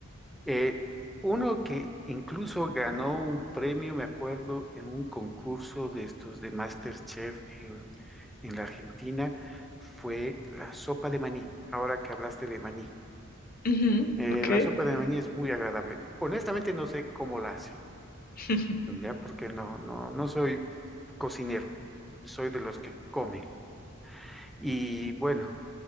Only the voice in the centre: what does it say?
Eh, uno que incluso ganó un premio, me acuerdo, en un concurso de estos de MasterChef en la Argentina fue la sopa de maní, ahora que hablaste de maní.
Eh,
la sopa de maní es muy agradable. Honestamente no sé cómo la hacen,
ya porque no, no, no soy cocinero, soy de los que comen. Y bueno,